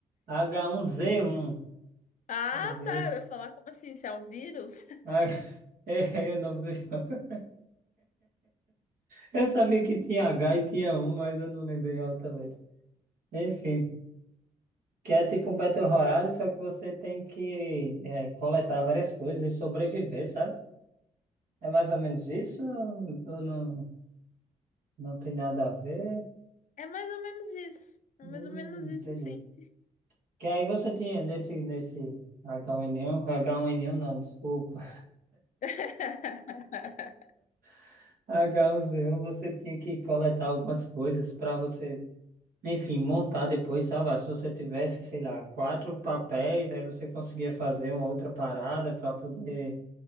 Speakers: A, on the right (about 70°); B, on the left (about 55°).
A: H1Z1.
B: Ah,
A: Errei.
B: tá. Eu ia falar como assim? Se é um vírus? <laughs>
A: Ah, <laughs> Errei o nome do jogo. Eu sabia que tinha H e tinha um, mas eu não lembrei a outra letra. Enfim, que é tipo um Battle Royale, só que você tem que é, coletar várias coisas e sobreviver, sabe? É mais ou menos isso? Ou não, não tem nada a ver?
B: É mais ou menos isso. É
A: Hum,
B: mais ou menos isso,
A: entendi.
B: sim.
A: Que aí você tinha nesse, nesse H1N1, H1N1 não, desculpa,
B: <laughs>
A: <laughs> H1Z1, você tinha que coletar algumas coisas para você, enfim, montar depois, sabe? Ah, Se você tivesse, sei lá, quatro papéis, aí você conseguia fazer uma outra parada para poder,